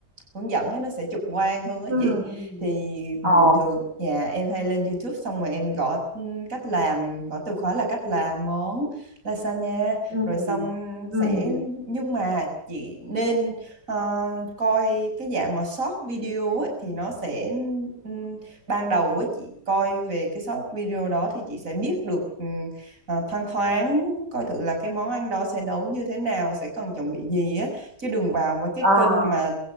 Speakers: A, on the right (about 50°); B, on the right (about 80°).
A: hướng dẫn ấy, nó sẽ trực quan hơn á
B: ừ,
A: chị
B: ừ,
A: thì
B: ờ
A: bình thường nhà em hay lên YouTube xong rồi em gõ ừm, cách làm gõ từ khóa là cách làm món lasagna
B: ừ,
A: rồi xong
B: ừ.
A: sẽ nhưng mà chị nên Ờ, coi cái dạng mà short video ấy, thì nó sẽ ừm, ban đầu ấy, chị coi về cái short video đó thì chị sẽ biết được ừm, ờ, thoang thoáng coi thử là cái món ăn đó sẽ nấu như thế nào sẽ cần chuẩn bị gì á chứ đừng vào mấy cái
B: À,
A: kênh mà